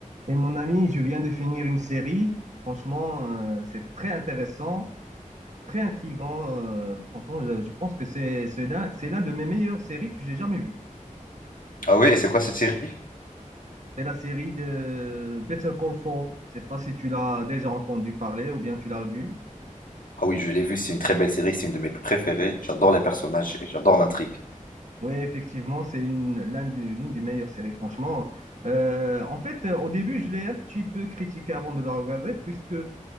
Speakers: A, on the right (about 60°); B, on the left (about 90°).
A: Et mon ami, je viens de finir une série. Franchement, euh, c'est très intéressant, très intriguant. euh, franchement, je, je pense que c'est c'est l'un c'est l'un de mes meilleures séries que j'ai jamais vues.
B: Ah oui, et c'est quoi cette série?
A: C'est la série de Better Call Saul. Je sais pas si tu l'as déjà entendu parler ou bien tu l'as vu.
B: Ah oui, je l'ai vue, c'est une très belle série, c'est une de mes préférées. J'adore les personnages et j'adore l'intrigue.
A: Oui, effectivement, c'est une l'un du- l'une des meilleures séries, franchement. Euh, en fait, euh, au début, je l'ai un petit peu critiqué avant de la regarder, puisque